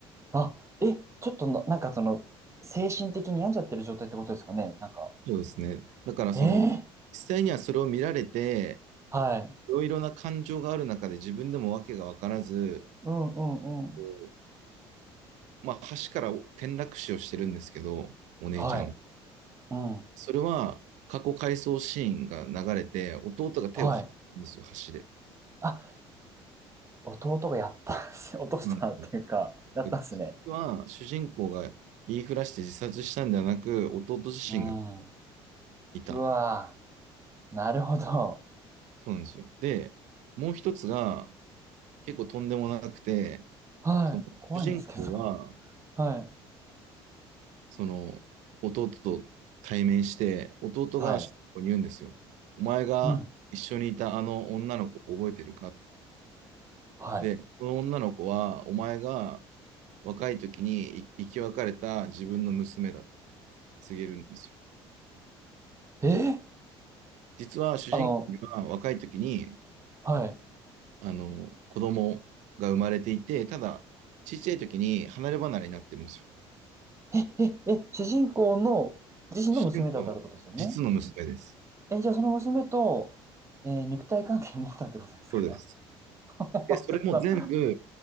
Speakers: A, on the right; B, on the right.
A: あ、え、ちょっとな、なんかその、精神的に病んじゃってる状態ってことですかね。なんか、
B: そうですね。だから、その、
A: ええ
B: 実際にはそれを見られて、
A: はい。
B: いろいろな感情がある中で自分でも訳が分からず、
A: うんうんうん。
B: こうまあ、橋から転落死をしてるんですけど、お姉ちゃん。
A: はい。うん。
B: それは過去回想シーンが流れて、弟が手を張るんですよ、
A: はい。
B: 橋で。
A: あ、弟がやったんす。<laughs> 落としたっていうか、
B: そうなんですよ
A: やったんすね。
B: だから実は主人公が言いふらして自殺したんではなく、弟自身が
A: うん。
B: いた。
A: うわぁ。なるほど。
B: そうなんですよ。で、もう一つが結構とんでもなくて、
A: はい。
B: その主人公は
A: 怖いんですけど。<laughs> はい。
B: その、弟と対面して、弟が主人公に言うんですよ。
A: はい。
B: お前が一緒にいたあの女の子覚えてるかって。
A: うん。はい。
B: で、この女の子は、お前が若い時に生き別れた自分の娘だって告げるんですよ。
A: えー
B: 実は主人公には若い時に、
A: あの、はい。
B: あの、子供が生まれていて、ただ、ちっちゃい時に離れ離れになってるんですよ。
A: え、え、え、主人公の自身の娘だったってことですよね。
B: 主人公の実の娘です。
A: え、じゃあその娘と、えー肉体関係を持ったってことですか
B: そうです。
A: <laughs> ちょ
B: で、それも全部
A: っと、